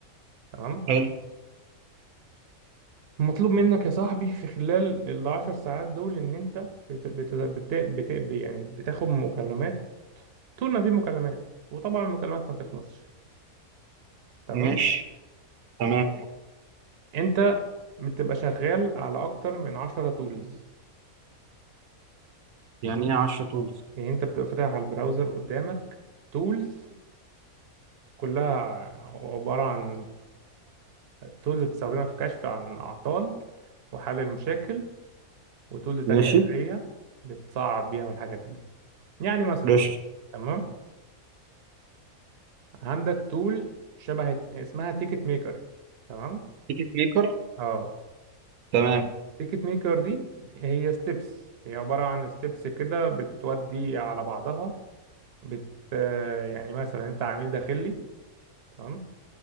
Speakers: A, on the right; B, on the right.
A: تمام
B: حلو
A: مطلوب منك يا صاحبي في خلال العشر ساعات دول ان انت بت... بت... بت... بت... بت... يعني بتاخد مكالمات طول ما في مكالمات وطبعا المكالمات ما بتخلصش تمام
B: ماشي تمام
A: انت بتبقى شغال على اكتر من عشرة تولز
B: يعني ايه عشرة طول
A: يعني انت بتبقى فاتح على البراوزر قدامك تولز كلها عبارة عن تولز بتستخدمها في كشف عن الأعطال وحل المشاكل وتولز
B: ماشي
A: تانية مم. إدارية بتصعب بيها الحاجات دي يعني مثلا
B: ماشي
A: تمام عندك تول شبه اسمها تيكت ميكر تمام
B: تيكت ميكر
A: اه
B: تمام
A: تيكت ميكر دي هي ستيبس هي عبارة عن ستيبس كده بتودي على بعضها بت آه، يعني مثلا انت عميل داخلي تمام